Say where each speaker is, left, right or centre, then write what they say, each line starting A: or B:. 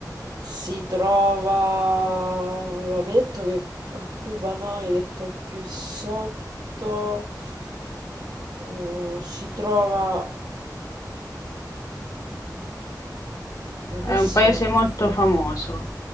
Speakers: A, on the right (about 70°); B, on the left (about 55°).
A: Si trova... Allora, mi hai detto che a Cuba no, hai detto più sotto. Eh, si trova... Ma Messico...
B: è un paese molto famoso.